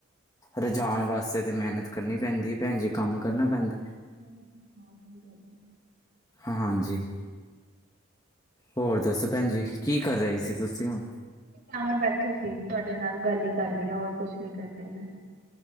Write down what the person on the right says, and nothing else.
ਹੋਰ ਤੁਸੀ ਸੁਣਾਓ ਕੋਈ ਗੱਲ
ਹਾਂ ਮੈਂ ਬੈਠੀ ਸੀ ਤੁਆਡੇ ਨਾਲ ਗੱਲ ਈ ਕਰ ਰਹੀ ਹਾਂ ਹੋਰ ਕੁਛ ਨੀ ਕਰ ਰਹੀ ਮੈਂ।